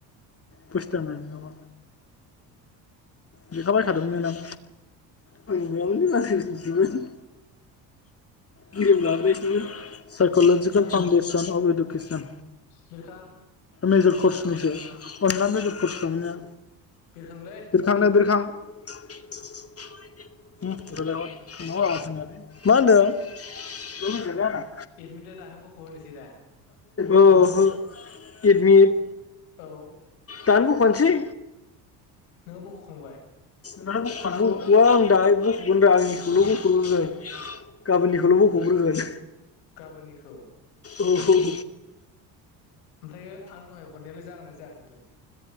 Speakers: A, on the left; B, on the left.
A: फुस्टा <unintelligible> लेखाबायखादोंमोन ना नों आंयावनोन गेलेम जाबबायसनो साइक'लजिकेल
B: ओइ बिरखां
A: फाउन्डेसन अफ इडुकेसन
B: बिरखां
A: मेजर कर्सनिसो अनला मेजर कर्स खालामनाया
B: बिरखांलै
A: बिरखांनो बिरखां <inaudible> ओम रायलाय हर मा होनदों?
B: एडमिट दा बखबोनोसैदा
A: ओ ओ एडमिट
B: औ
A: दानो बखनोसेै।
B: नोङो बख'खांबाय?
A: दा बखान बख'आ आं दाहाय बख'गोन र आंनिखौल' बख'ग्रोगोन गाबोननिखौल' बख'ग्रोगोन।
B: गाबोननिखौ
A: ओहु औ
B: ओमफ्रायो आं दहाय हरनायालाय जागोनना जायाखैमोन?